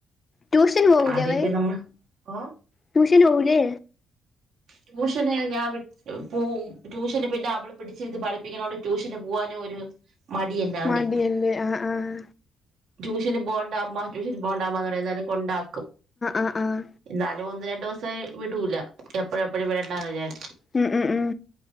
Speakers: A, on the left (about 30°); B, on the right (about 75°).
A: ട്യൂഷന് പോവൂലെ
B: ആദ്യം
A: അവൻ
B: പിന്നെ നമ്മൾ ഓ
A: ട്യൂഷന് പോവൂലെ
B: ട്യൂഷന് ഞാൻ വി പോവും ട്യൂഷന് പിന്നെ അവള് പിടിച്ചിരുത്തി പഠിപ്പിക്കുന്നോണ്ട് ട്യൂഷന് പോവാനും ഒരു മടി എനവന്
A: മടിയല്ലേ ആഹ് ആഹ്
B: ട്യൂഷന് പോവണ്ട അമ്മ ട്യഷന് പോണ്ടമ്മ എന്ന് പറയും എന്നാലും കൊണ്ടാ ക്കും
A: ആഹ് ആഹ് ആഹ്
B: എന്നാലും ഒന്ന് രണ്ടു ദിവസേ വിടൂല എപ്പഴും എപ്പഴും വിടണ്ടാന്ന് വിചാരി
A: ഉം -ഉം -ഉം